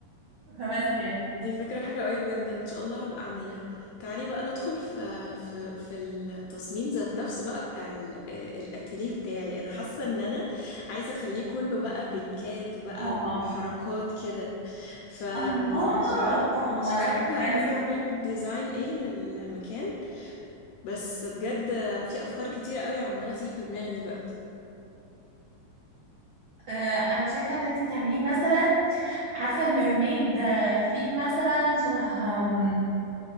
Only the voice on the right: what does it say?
فبس يعني
اه
الله
تحفة
لك
فرانسيس
آه، انا شايفه ان انت تعمليه مثلا عارفه الميرميد ثيم مثلا شبه آم،